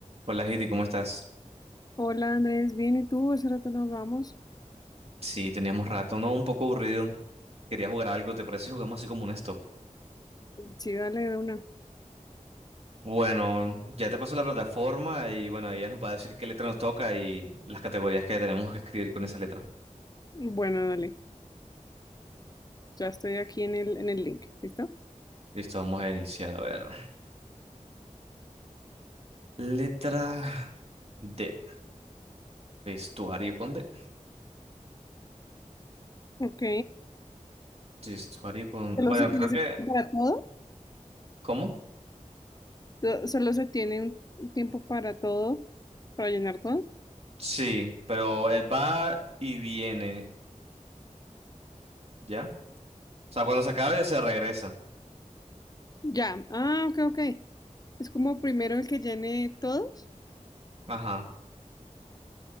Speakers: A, on the right; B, on the left.
A: Hola, Heidi, ¿cómo estás?
B: Hola Andrés, bien, ¿y tú? Hace rato no hablamos.
A: Sí, teníamos rato, ¿no? Un poco aburrido. Quería jugar algo, ¿te parece? si Jugamos así como un stop.
B: Sí, dale de una.
A: Bueno, ya te pasó la plataforma y bueno, ella nos va a decir qué letra nos toca y las categorías que tenemos que escribir con esa letra.
B: Bueno, dale. Ya estoy aquí en el, en el link. ¿Listo?
A: Listo, vamos a iniciar, a ver. Letra D. Vestuario con D.
B: Ok.
A: Vestuario con...
B: ¿Solo
A: Bueno,
B: se tiene
A: creo
B: ese
A: que...
B: tiempo para todo?
A: ¿Cómo?
B: To- ¿Solo se tiene un tiempo para todo? ¿Para llenar todo?
A: Sí, pero él va y viene, ¿ya? O sea, cuando se acabe se regresa.
B: Ya. Ah, ok, ok. Es como primero el que llene todos.
A: Ajá.